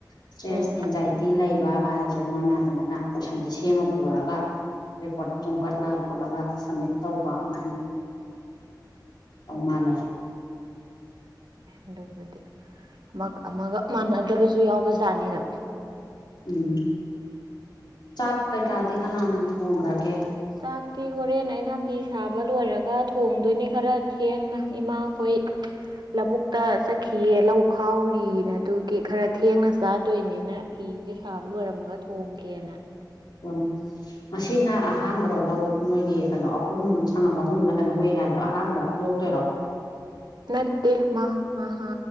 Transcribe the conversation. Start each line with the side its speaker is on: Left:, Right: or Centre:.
Left: ꯏꯁꯇ꯭ꯔꯦꯁ
Right: ꯎꯝ
Left: ꯑꯦꯟꯖꯥꯏꯇꯤ ꯂꯩꯕꯒ ꯁꯤ ꯃꯣꯏꯅ ꯑꯗꯨꯃꯥꯏꯅ ꯀꯣꯏꯁꯟꯁꯦ ꯁꯦꯝꯃ ꯄꯨꯔꯒ ꯔꯦꯀꯣꯔꯠ ꯈꯣꯝꯒꯠꯂ ꯈꯣꯠꯂꯒ ꯁꯝꯃꯤꯠ ꯇꯧꯕ ꯑꯗꯨꯃꯥꯏꯅ ꯑꯣꯃ ꯂꯩꯦ
Right: ꯑꯗꯨꯒꯗꯤ ꯑꯃꯒ ꯑꯃꯒ ꯃꯥꯟꯅꯗꯕꯁꯨ ꯌꯥꯎꯕꯖꯥꯠꯅꯤꯗ
Left: ꯎꯝ ꯆꯥꯛ ꯀꯩꯀꯥꯗꯤ ꯀꯅꯥꯅ ꯊꯣꯡꯈ꯭ꯔꯒꯦ
Right: ꯆꯥꯛꯇꯤ ꯍꯣꯔꯦꯟ ꯑꯩꯅ ꯐꯤ ꯁꯥꯕ ꯂꯣꯏꯔꯒ ꯊꯣꯡꯗꯣꯏꯅꯤ ꯈꯔ ꯊꯦꯡꯅ ꯏꯃꯥ ꯍꯣꯏ ꯂꯧꯕꯕꯨꯛꯇ ꯆꯠꯈꯤꯌꯦ ꯂꯧ ꯈꯥꯎꯔꯤꯅ ꯑꯗꯨꯒꯤ ꯈꯔ ꯊꯦꯡꯅ ꯆꯥꯗꯣꯏꯅꯤꯅ ꯐꯤ ꯁꯦ ꯁꯥꯕ ꯂꯣꯏꯔꯝꯃꯒ ꯊꯣꯡꯒꯦꯅ
Left: ꯎꯝ ꯃꯁꯤꯅ ꯑꯍꯥꯟꯕꯔꯣ ꯂꯧ ꯅꯣꯏꯒꯤ ꯀꯩꯅꯣ ꯑꯍꯨꯝ ꯁꯪꯉꯝ ꯑꯍꯨꯝꯂ ꯀꯩꯅꯣ ꯑꯣꯏ ꯍꯥꯏ ꯑꯍꯥꯟꯕ ꯂꯣꯛꯇꯣꯏꯔꯣ
Right: ꯅꯠꯇꯦ ꯃꯍ ꯃꯍ